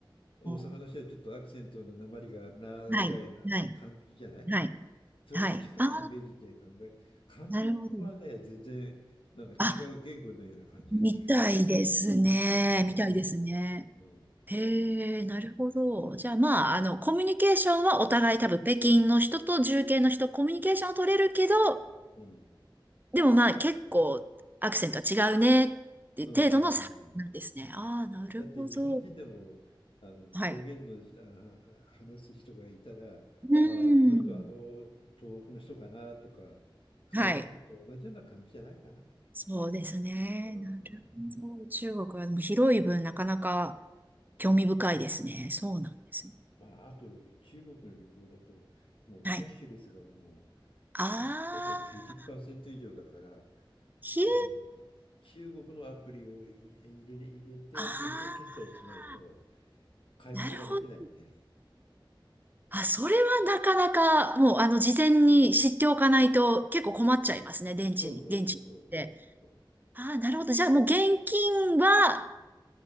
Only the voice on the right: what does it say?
ー。はい。はい。はい。
はい。ああ、
なるほど。
あみたいですね。
みたいですね。へえ、なるほど。じゃあまあ、あの、コミュニケーションはお互い多分北京の人と重慶の人、コミュニケーションは取れるけど、
でもまあ結構アクセントは違うねって程度の差なんですね。
ああ、なるほど。
はい。うーん。はい。そうですね。
なるほど。中国はでも広い分なかなか興味深いですね。そうなんですね。
はい。ああ。
ひえ、
ああ、
なるほど。あ、それはなかなか、もう、あの、事前に知っておかないと結構困っちゃいますね、電池に、
電池って。ああ、なるほど。じゃあ、もう現金は、